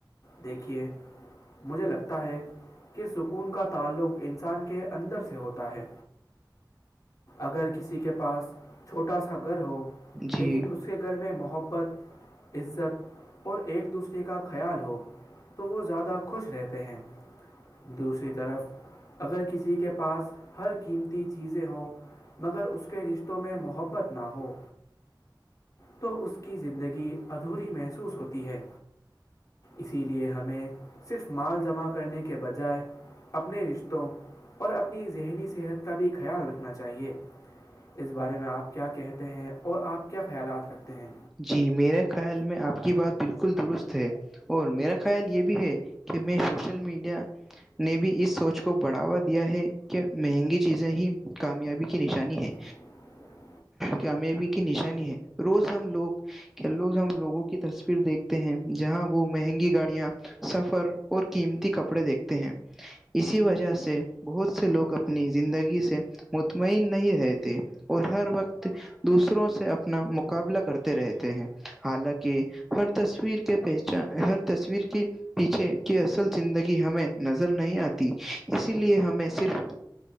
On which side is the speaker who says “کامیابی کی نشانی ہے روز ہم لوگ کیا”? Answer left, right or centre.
Centre